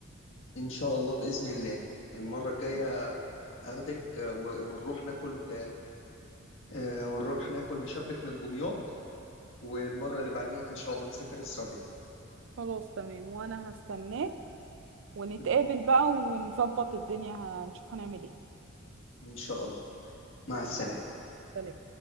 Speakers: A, on the left; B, on the right.
A: إن شاء الله بإذن الله المرة الجاية أخدك آه، و- ونروح ناكل آه، ونروح ناكل مشبك من دمياط والمرة اللي بعديها إن شاء الله نسافر السعودية
B: خلاص تمام وأنا هستناك ونتقابل
A: <laughs>
B: بقى ونظبط الدنيا هنشوف هنعمل ايه
A: إن شاء الله مع السلامة
B: سلام